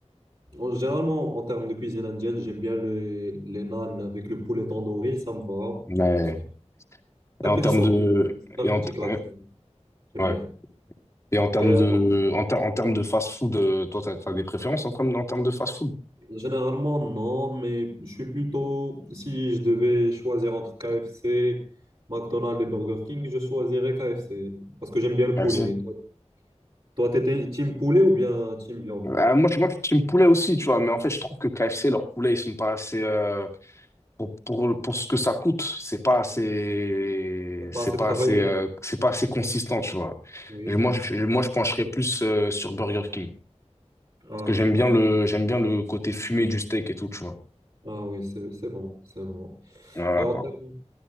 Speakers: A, on the right; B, on the left.
A: En, généralement, en termes de cuisine indienne, j'aime bien les, les naan avec le poulet tandoori, ça me va.
B: Ouais.
A: C'est un c'est
B: Et en
A: un petit
B: termes
A: sandwich,
B: de,
A: c'est
B: et
A: un
B: en,
A: petit classique,
B: ouais,
A: j'aime
B: ouais.
A: bien.
B: Et en termes
A: Euh,
B: de,
A: en-
B: en, ter- en termes de fast-food, euh, toi, t'as, t'as des préférences en termes, en termes de fast-food?
A: généralement, non, mais je suis plutôt, si je devais choisir entre KFC, McDonald's et Burger King, je choisirais KFC, parce que j'aime bien le
B: KFC.
A: poulet. Toi, toi, t'étais team poulet ou bien team viande?
B: Euh, moi, je, moi, je suis team poulet aussi, tu vois, mais en fait, je trouve que KFC, leurs poulets, ils sont pas assez, euh, pour, pour, pour ce que ça coûte, c'est pas assez,
A: T'as pas
B: c'est
A: assez
B: pas
A: travaillé.
B: assez, euh, c'est pas assez consistant, tu vois.
A: Oui.
B: Et moi, je, moi, je pencherais plus, euh, sur Burger King.
A: Ah,
B: Parce que j'aime
A: du-
B: bien le, j'aime bien le côté fumé du steak et tout, tu vois.
A: Ah oui, c'est c'est bon, c'est bon.
B: Voilà,
A: Et en
B: quoi.
A: termes